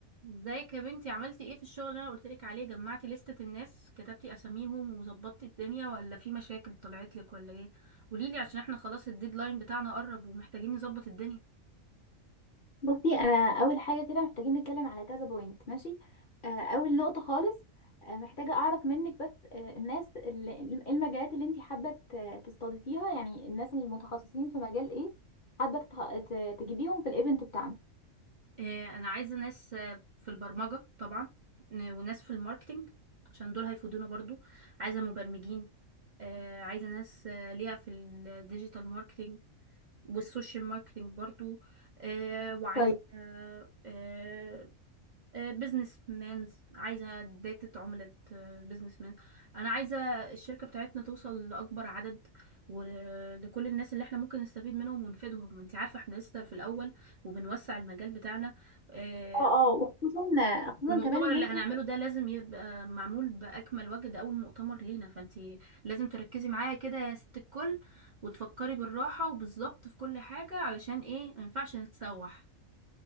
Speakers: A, on the right; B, on the left.
A: ازيك يا بنتي عملتي ايه في الشغل اللي انا قلتلك عليه جمعتي لستة الناس كتبتي اساميهم وظبطتي الدنيا ولا في مشاكل طلعت لك ولا ايه قوليلي عشان احنا خلاص الديدلاين بتاعنا قرب ومحتاجين نظبط الدنيا
B: بصي انا اول حاجه كده محتاجين نتكلم على كذا بوينت ماشي آه اول نقطه خالص آه محتاجه اعرف منك بس آه الناس اللي إيه المجالات اللي انت حابه ت- تستضيفيها يعني الناس المتخصصين في مجال ايه حابه تتخ- ت- تجيبيهم في الايفنت بتاعنا
A: اه انا عايزة ناس آه، في البرمجة طبعا ن- وناس في الماركتينج عشان دول هيفيدونا برضو عايزة مبرمجين اه عايزة ناس آه، ليها في الديجيتال ماركتينج والسوشيال ماركتينج برضو اه وعايزة
B: طيب
A: آه، آه، بزنس مانز عايزة داتا عملة بزنس مان أنا عايزة الشركة بتاعتنا توصل لأكبر عدد ولكل الناس اللي احنا ممكن نستفيد منهم ونفيدهم انت عارفة احنا لسه في الأول وبنوسع المجال بتاعنا آه،
B: اه اه وخصوصا خصوصا
A: والمؤتمر
B: كمان ان
A: اللي
B: انتوا
A: هنعمله ده لازم يبقى معمول بأكمل وجه ده أول مؤتمر لينا فانت لازم تركزي معايا كده يا ست الكل وتفكري بالراحة وبالظبط في كل حاجة علشان ايه مينفعش نتسوح